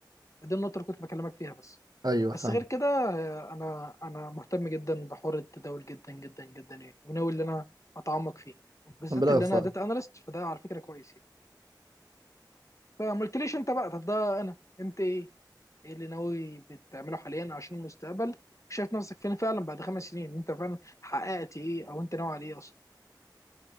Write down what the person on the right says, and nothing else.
ايوه
فاهم
ربنا
يوفقك